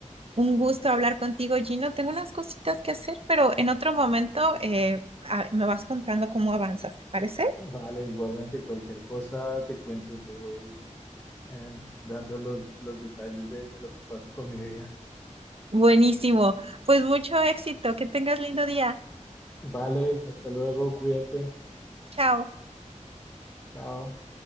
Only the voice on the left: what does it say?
Vale, igualmente cualquier cosa te cuento, te voy eh, dando los, los detalles de, de lo que pasa con mi vida.
Vale, hasta luego, cuídate,
chao.